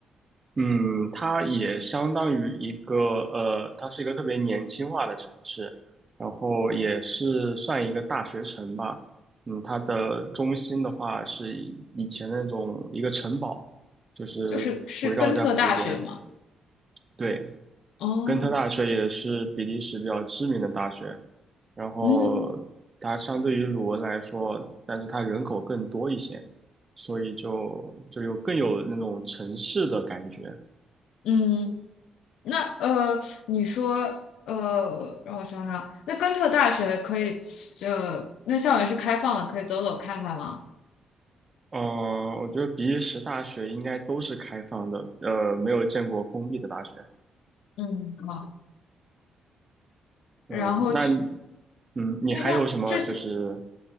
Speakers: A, on the right (about 35°); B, on the left (about 80°).
A: 嗯，它也相当于一个呃，它是一个特别年轻化的城市，然后也是算一个大学城吧。嗯，它的中心的话是以以前那种一个城堡，就是围绕在湖边。
B: 就是是根特大学吗？
A: 对，
B: 哦，
A: 根特大学也是比利时比较知名的大学，然后它相对于鲁汶来说，
B: 嗯
A: 但是它人口更多一些，所以就就有更有那种城市的感觉。
B: 嗯，那呃，你说呃，让我想想啊，那根特大学可以呃，那校园是开放的，可以走走看看吗？
A: 嗯，我觉得比利时大学应该都是开放的，呃，没有见过封闭的大学。
B: 嗯，好。
A: 嗯，
B: 然后
A: 那你嗯，你还有什么就是
B: 那像这些，